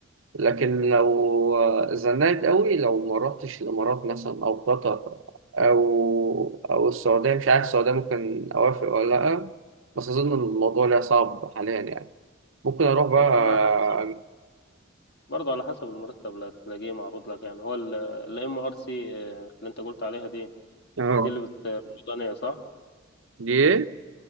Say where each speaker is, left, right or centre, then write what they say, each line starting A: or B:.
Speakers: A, on the right; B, on the left.
A: لكن لو زنقت قوي لو ما رحتش الامارات مثلا او قطر او او السعوديه مش عارف السعوديه ممكن اوافق ولا لا بس اظن الموضوع ليها صعب حاليا يعني ممكن اروح بقى
B: وانا على حسب برضه على حسب المرتب اللي هتلاقيه معروض لك يعني هو الام ار سي اللي انت قلت عليها دي
A: اه
B: دي اللي بت بريطانيا صح
A: دي ايه